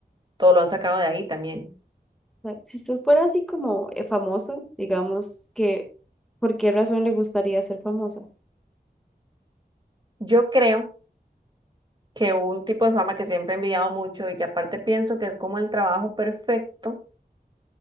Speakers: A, on the right; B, in the centre.
A: todo lo han sacado de ahí también.
B: O sea, si usted fuera así como eh, famoso, digamos que, ¿por qué razón le gustaría ser famosa?
A: Yo creo. que un tipo de fama que siempre he envidiado mucho y que aparte pienso que es como el trabajo perfecto,